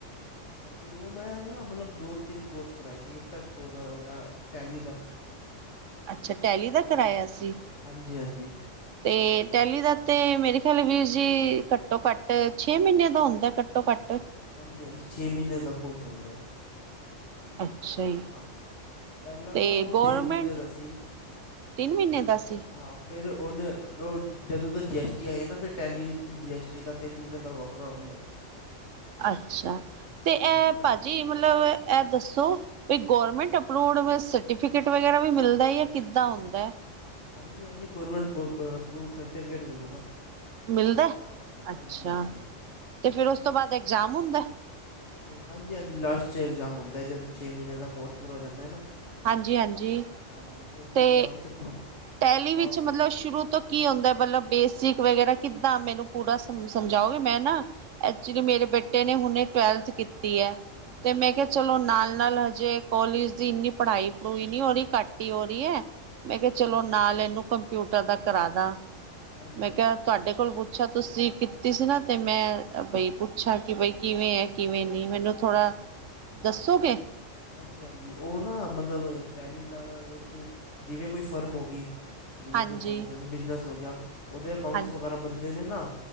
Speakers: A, on the left; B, on the right.
A: ਹਾਂਜੀ ਓ ਮੈਂ ਨਾ ਮਤਲਬ ਦੋ-ਤਿੰਨ ਕੋਰਸ ਕਰਾਏ ਸੀ ਇੱਕ ਤਾਂ ਓਦਾ ਹੋ ਗਿਆ ਅ ਟੈਲੀ ਦਾ
B: ਅੱਛਾ ਟੈਲੀ ਦਾ
A: ਹਾਂਜੀ
B: ਕਰਾਏਆ ਸੀ
A: ਹਾਂਜੀ ਹਾਂਜੀ
B: ਤੇ ਟੈਲੀ
A: ਇੱਕ
B: ਦਾ ਤੇ ਮੇਰੇ ਖਿਆਲ ਵੀਰ ਜੀ ਘੱਟੋ-ਘੱਟ ਛੇ ਮੀਨੇ ਦਾ ਹੁੰਦਾ ਘੱਟ-ਘੱਟ
A: ਹਾਂਜੀ-ਹਾਂਜੀ ਛੇ ਮੀਨੇ ਦਾ ਕੋਰਸ ਹੁੰਦਾ ਐ।
B: ਅੱਛਾ ਜੀ
A: ਹਾਂ ਪਹਿਲਾਂ
B: ਤੇ
A: ਨਾ ਉਹ
B: ਗੌਰਮੈਂਟ
A: ਤਿੰਨ ਮਹੀਨੇ ਦਾ ਸੀ
B: ਤਿੰਨ ਮੀਨੇ
A: ਹਾਂਜੀ
B: ਦਾ ਸੀ।
A: ਹਾਂ ਫਿਰ ਓਨੇ ਓ ਜਦੋਂ ਤੋਂ ਜੀ ਐੱਸ ਟੀ ਆਏਆ ਨਾ ਫਿਰ Tally with G S T ਦਾ ਤਿੰਨ ਮੀਨੇ ਦਾ ਵੱਖਰਾ ਹੁੰਦੈ।
B: ਅੱਛਾ ਤੇ
A: ਹਾਂਜੀ
B: ਇਹ
A: ਹਾਂ
B: ਭਾਜੀ ਮਤਲਬ ਇਹ ਦੱਸੋ ਕਿ ਗਵਰਮੈਂਟ ਅਪਰਵਡ ਵ ਸਰਟੀਫਿਕੇਟ ਵਗੈਰਾ ਵੀ ਮਿਲਦਾ ਯਾਂ ਕਿਦਾਂ ਹੁੰਦੈ
A: ਹਾਂ ਹਾਂਜੀ ਹਾਂਜੀ ਗੌਰਮੈਂਟ ਅਪਰੂਵ ਅਪਰੁਵਡ ਸਰਟੀਫਿਕੇਟ ਮਿਲੂਗਾ
B: ਮਿਲਦਾ ਅੱਛਾ
A: ਹਾਂਜੀ ਹਾਂਜੀ
B: ਤੇ ਫਿਰ ਉਸ ਤੋਂ ਬਾਅਦ ਐਗਜ਼ਾਮ ਹੁੰਦਾ
A: ਉਹ ਹਾਂਜੀ ਹਾਂਜੀ ਲਾਸਟ ਚ ਇਗਜ਼ਾਮ ਹੁੰਦਾ ਹੈ ਜਦੋਂ ਛੇ ਮਹੀਨੇ ਦਾ ਕੋਰਸ ਪੂਰਾ ਹੋ ਜਾਂਦਾ ਹੈ ਨਾ
B: ਹਾਂਜੀ ਹਾਂਜੀ
A: ਹਾਂਜੀ ਫਿਰ ਜੇ
B: ਤੇ
A: ਇਗਜ਼ਾਮ 'ਚ
B: ਟੈਲੀ ਵਿੱਚ
A: ਪਾਸ
B: ਮਤਲਬ
A: ਹੋਣ
B: ਸ਼ੁਰੂ ਤੋਂ ਕੀ ਹੁੰਦਾ ਮਤਲਬ ਬੇਸਿਕ ਵਗੈਰਾ ਕਿੱਦਾਂ ਮੈਨੂੰ ਪੂਰਾ ਸਮਸ ਸਮਝਾਓਗੇ ਮੈਂ ਨਾ ਐਕਚੁਲੀ ਮੇਰੇ ਬੇਟੇ ਨੇ ਹੁਣੇ ਟਵੈਲਥ ਕੀਤੀ ਹੈ ਤੇ ਮੈਂ ਕਿਹਾ ਚਲੋ ਨਾਲ ਨਾਲ ਹਜੇ ਕੋਲੇਜ ਦੀ ਇੰਨੀ ਪੜ੍ਹਾਈ ਪੜੂਈ ਨਹੀਂ ਹੋ ਰਹੀ ਘੱਟ ਹੀ ਹੋ ਰਹੀ ਹੈ ਮੈਂ ਕਿਹਾ
A: ਹਾਂਜੀ
B: ਚਲੋ
A: ਹਾਂਜੀ
B: ਨਾਲ ਇਹਨੂੰ ਕੰਪਿਊਟਰ ਦਾ ਕਰਾ ਦਾਂ
A: ਹਾਂਜੀ
B: ਮੈਂ
A: ਹਾਂਜੀ
B: ਕਿਹਾ ਤੁਹਾਡੇ ਕੋਲ ਪੁੱਛਾਂ ਤੁਸੀਂ ਕੀਤੀ ਸੀ ਨਾ ਤੇ ਮੈਂ ਬਈ ਪੁੱਛਾਂ ਕਿ ਬਈ ਕਿਵੇਂ ਹੈ ਕਿਵੇਂ ਨੀ ਮੈਨੂੰ ਥੋੜ੍ਹਾ ਦੱਸੋਗੇ
A: ਹਾਂਜੀ ਹਾਂਜੀ ਉਹ ਨਾ ਮਤਲਬ ਟੈਲੀ ਦਾ ਵਿੱਚ ਜਿਵੇਂ ਕੋਈ ਫਰਮ ਹੋ ਗਈ ਜਿਵੇਂ
B: ਹਾਂਜੀ
A: ਕੋਈ ਫਮ <unintelligible> ਬਿਜਨਸ ਹੋ ਗਿਆ ਉਹਦੇ ਅਕਾਊਂਟਸ
B: ਹਾਂ
A: ਵਗੈਰਾ ਬਣਦੇ ਨੇ ਨਾ